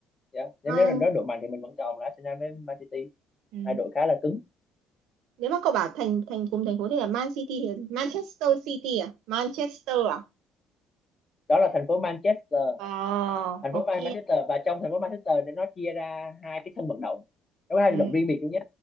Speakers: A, on the left; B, on the right.
A: Dạ. Nên
B: Man
A: nếu là đối đội mạnh thì mình vẫn chọn là Arsenal với Man City
B: Ừ.
A: hai đội khá là cứng
B: Nếu mà cậu bảo thành thành cùng thành phố thì là Man City thì là Manchester City à? Manchester à?
A: đó là thành phố Manchester
B: Ờ,
A: thành
B: ok.
A: phố Man- Manchester và trong thành phố Manchester thì nó chia ra hai cái sân vận động nó có hai
B: Ừ.
A: vận động riêng biệt luôn nhé